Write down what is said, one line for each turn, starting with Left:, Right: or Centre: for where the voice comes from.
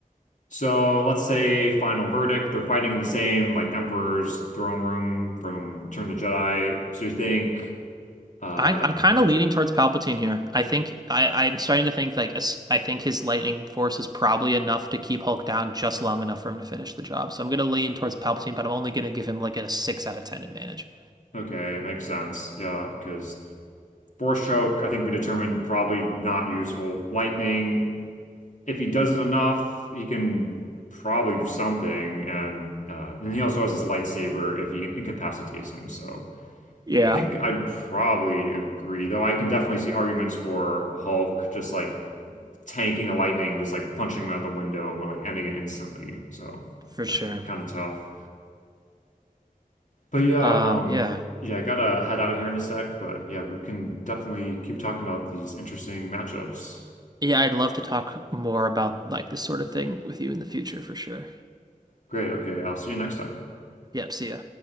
Left: So let's say final verdict, they're fighting in the same like Emperor's throne room from Return of the Jedi. So you think, uh,
Right: I, I'm kind of leaning towards Palpatine here. I think I, I'm starting to think like I think his lightning force is probably enough to keep Hulk down just long enough for him to finish the job. So I'm gonna lean towards Palpatine, but I'm only gonna give him like a six out of ten advantage
Left: okay, it makes sense, yeah, because Force choke, I think we determined probably not useful. Lightning, if he does it enough, he can probably do something. And uh, and he also has his lightsaber if he incapacitates him. So
Right: Yeah.
Left: I think I'd probably agree, though I can definitely see arguments for Hulk just like tanking the lightning and just like punching him out the window and like ending it instantly. So
Right: for
Left: yeah,
Right: sure.
Left: c kind of tough. But yeah,
Right: Uh,
Left: um,
Right: yeah,
Left: yeah, I gotta head out here in a sec. But yeah, we can definitely keep talking about these interesting matchups.
Right: yeah. I'd love to talk more about like this sort of thing with you in the future for sure.
Left: Great. Okay, I'll see you next time.
Right: Yep. See ya.